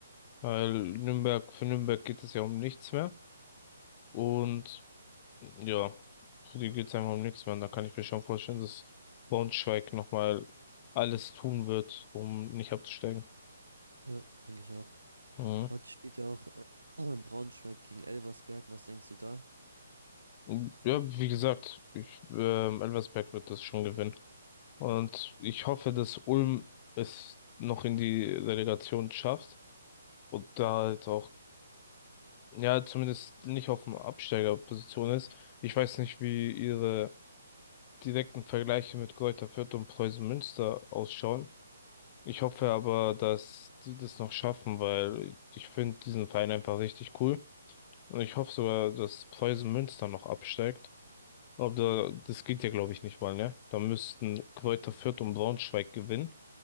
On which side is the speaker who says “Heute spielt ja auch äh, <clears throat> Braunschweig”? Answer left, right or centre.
Right